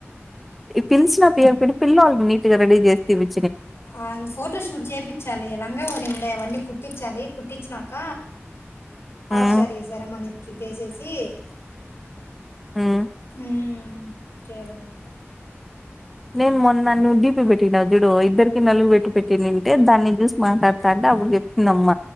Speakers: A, in the centre; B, on the left.
A: పిలిచిన పేరు పెడి పిలవాళని నీట్ గా రెడీ చేస్తే తీపి
B: ఆ ఫోటో షూట్ చేయించాలి లంగా వోని ఉండాయి అవన్నీ కుట్టించాలి కుట్టించినక హాఫ్
A: మ్మ్
B: సారీ శరమనిట్టసేసి
A: మ్మ్
B: ఉమ్ చేయాలమాట
A: నేను మొన్న ను డిపి పెట్టినవ్ జిడు ఇద్దరికి నలుగు పెట్టి పెటి నింటే దాన్ని చూసి మాట్లాడతా టా అప్పుడు చెప్పంది అమ్మ